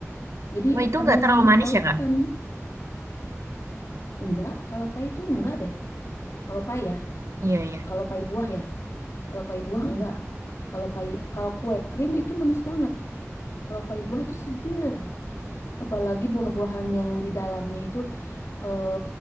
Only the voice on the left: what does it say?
Jadi
ada
yang
tahu
kan? Enggak, kalau pai itu enggak deh. Kalau pai ya,
kalau pai buah ya. Kalau pai buah enggak. Kalau pai kalau kue krim itu manis banget. Kalau pai buah itu seger, apalagi buah-buahan yang di dalamnya itu eh,